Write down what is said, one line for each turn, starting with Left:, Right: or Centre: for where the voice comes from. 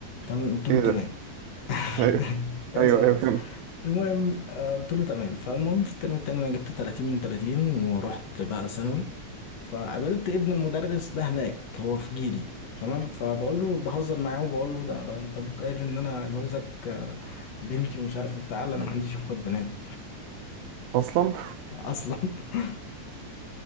Left: تمام قلت له
Right: ايه
Left: تمام
Right: ده ايوه
Left: <laughs> اسمع
Right: ايوه ايوه
Left: بس
Right: كان
Left: المهم آه، قلت له تمام فالمهم في الترم التاني انا جبت 30 من 30 ورحت بقى ثانوي فقابلت ابن المدرس ده هناك هو في جيلي تمام فبقول له بهزر معاه وبقول له ده انت أبوك قايل ان انا جوزك آه، بنتي ومش عارف إيه بتاع لا، انا ما عنديش اخوات بنات
Right: اصلا
Left: <laughs> اصلا <laughs>